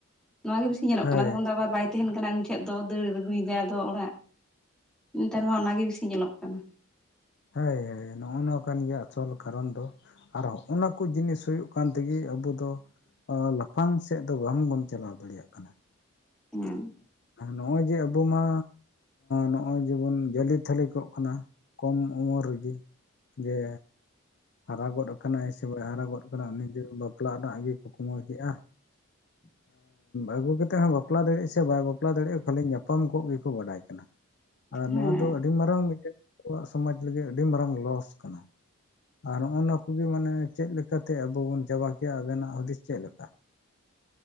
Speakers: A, in the centre; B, on the left.
A: ᱱᱚᱣᱟ ᱜᱮ ᱵᱤᱥᱤ ᱧᱮᱞᱚᱜ
B: ᱦᱳᱭ
A: ᱠᱟᱱᱟ ᱛᱚᱠᱷᱚᱱ ᱫᱚ ᱟᱵᱟᱨᱼᱼ ᱛᱟᱦᱮᱱ ᱠᱟᱱᱟ ᱩᱱᱤ ᱴᱷᱮᱱ ᱫᱚ ᱫᱟᱹᱲ ᱟᱹᱜᱩᱭᱮᱫᱟᱭ ᱟᱫᱚ ᱚᱲᱟᱜ ᱱᱮᱛᱟᱨ ᱢᱟ ᱚᱱᱟᱜᱮ ᱵᱤᱥᱤ ᱧᱮᱞᱚᱜ ᱠᱟᱱᱟ
B: ᱦᱳᱭ ᱦᱳᱭ ᱱᱚᱜᱼᱚᱭ ᱱᱚᱣᱟ ᱠᱟᱱ ᱜᱮᱭᱟ ᱟᱥᱚᱞ ᱠᱟᱨᱚᱱ ᱫᱚ ᱟᱨ ᱦᱚᱸᱜᱼᱚᱸᱧ ᱚᱱᱟ ᱠᱚ ᱡᱤᱱᱤᱥ ᱦᱩᱭᱩᱜ ᱠᱟᱱ ᱛᱮᱜᱮ ᱟᱵᱚ ᱫᱚ ᱞᱟᱯᱷᱟᱝ ᱥᱮᱫ ᱫᱚ ᱵᱟᱝᱵᱚᱱ ᱪᱟᱞᱟᱣ ᱫᱟᱲᱮᱭᱟᱜ ᱠᱟᱱᱟ
A: ᱦᱮᱸ
B: ᱱᱚᱜᱼᱚᱭ ᱡᱮ ᱟᱵᱚ ᱢᱟ ᱱᱚᱜᱼᱚᱭ ᱡᱮᱢᱚᱱ ᱡᱟᱹᱞᱤ ᱛᱷᱟᱹᱞᱤ ᱠᱚᱜ ᱠᱟᱱᱟ ᱠᱚᱢ ᱩᱢᱮᱨ ᱨᱮᱜᱮ ᱡᱮ ᱦᱟᱨᱟᱜᱚᱫ ᱠᱟᱱᱟᱭ ᱥᱮ ᱵᱟᱭ ᱦᱟᱨᱟᱜᱚᱜ ᱠᱟᱱᱟ ᱩᱱᱤᱡᱮ ᱵᱟᱯᱞᱟ ᱨᱮᱱᱟᱜ ᱤᱭᱟ. ᱠᱚ ᱠᱩᱢᱟ. ᱣ ᱤᱫᱤᱜ ᱟ
A: <inaudible>
B: ᱟᱹᱜᱩ ᱠᱟᱛᱮᱜ ᱦᱚᱸ ᱵᱟᱯᱞᱟ ᱫᱟᱲᱮᱭᱟᱜ ᱥᱮ ᱵᱟᱭ ᱵᱟᱯᱞᱟ ᱫᱟᱲᱮᱭᱟᱜᱼᱟ ᱠᱷᱟᱹᱞᱤ ᱧᱟᱯᱟᱢ ᱠᱚᱜ ᱜᱮᱠᱚ ᱵᱟᱰᱟᱭ ᱠᱟᱱᱟ ᱟᱨ
A: ᱦᱮᱸ
B: ᱱᱚᱣᱟ ᱫᱚ ᱟᱹᱰᱤ ᱢᱟᱨᱟᱝ ᱢᱤᱫᱴᱮᱱ ᱟᱵᱚᱣᱟᱜ ᱥᱚᱢᱟᱡᱽ ᱞᱟᱹᱜᱤᱫ ᱟᱹᱰᱤ ᱢᱟᱨᱟᱝ ᱞᱚᱥ ᱠᱟᱱᱟ ᱟᱨ ᱱᱚᱜᱼᱚ ᱱᱚᱣᱟ ᱠᱚᱜᱮ ᱢᱟᱱᱮ ᱪᱮᱫ ᱞᱮᱠᱟᱛᱮ ᱟᱵᱚ ᱵᱚᱱ ᱪᱟᱵᱟ ᱠᱮᱭᱟ ᱟᱵᱮᱱᱟᱜ ᱦᱩᱫᱤᱥ ᱪᱮᱫ ᱞᱮᱠᱟ